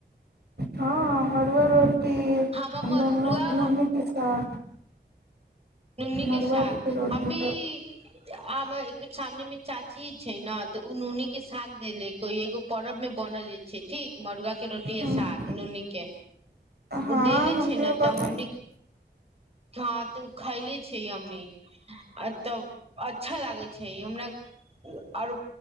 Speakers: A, on the right; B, on the right.
A: हँ मड़ुआ रोटी
B: हम मरुआ
A: नून नूनी
B: ह
A: के साग
B: नुन्नी के
A: मड़ुआ
B: साग
A: रोटी
B: हम भी
A: सब
B: सामने मे चाची छै न तऽ ओ नूनी के साग देले कोई एगो परब मे बनल छै ठीक मरूआ के रोटी आ
A: हँ
B: साग नु हमनी के
A: हँ
B: देले
A: हमरो
B: छै ने तऽ
A: बनै
B: हमनी हां त उ खाय ले छि हमनी तब अच्छा लागै छै हमरा आरू